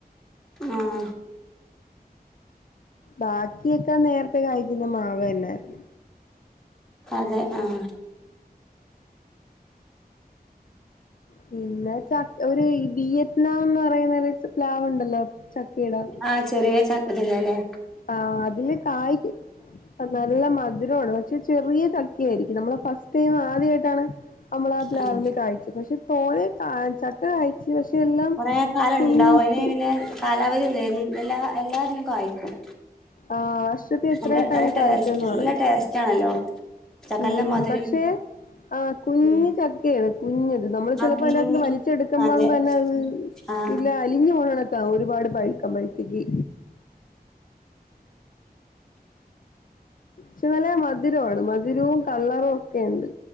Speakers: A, in the centre; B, on the left.
A: ആഹ്
B: ബാക്കിയൊക്കെ നേരത്തെ കായ്ക്കുന്ന മാവെന്നെ ആയിരിന്നു.
A: അതെ ആഹ്
B: പിന്നെ ച ഒര് വിയറ്റ്നാം എന്ന് പറയുന്ന പ്ലാവ് ഉണ്ടല്ലോ ചക്കേടെ
A: ആഹ് ചെറിയ ച ഇതില് അല്ലേ
B: ആഹ് അതില് കായ്ക്കും. നല്ല മധുരമാണ് പക്ഷെ ചെറിയ ചക്ക ആയിരിക്കും നമ്മള് ഫസ്റ്റ് ടൈം ആദ്യമായിട്ടാണ്. അമ്മളാ പ്ലാവില്
A: ആഹ്
B: കഴിച്ചത് പക്ഷെ തോനിം കായ്ച്ചാ ക്കെ കായ്ച്ച് പക്ഷെ എല്ലാം
A: കൊറേ കാലം
B: കുഞ്ഞി
A: ഉണ്ടാവും അതിന്
B: കു
A: പിന്നെ കാലാവധി ഒന്നുല്ല എല്ലാ എല്ലാതിനും കായ്ക്കും.
B: ആഹ് വർഷത്തി ഇത്ര
A: നല്ല
B: ടൈം
A: നല്ല
B: കായ്ക്കും
A: ടേസ്റ്റ്
B: ന്ന്
A: നല്ല
B: പറയും.
A: ടേസ്റ്റ് ആണല്ലോ ചക്കന്റെ
B: ഉം
A: മധുരം
B: പക്ഷെ ആ കുഞ്ഞ്
A: ഉം
B: ചക്കെയാണ്. കുഞ്ഞത് നമ്മള് ചെലപ്പോ
A: അപ്പം
B: അതിറ്റകത്ത്ന്ന് വലിച്ചെടുക്കുമ്പം
A: അതെ
B: തന്നെ അത്
A: ആഹ്
B: ഇല്ല അലിഞ്ഞു പോണെ ക്കാ ഒരുപാട് പഴ്ക്കും പോഴ്ത്തൊക്ക്. ക്ഷേ നല്ലെ മ മധുരമാണ് മധുരവും കളറും ഒക്കെണ്ട്.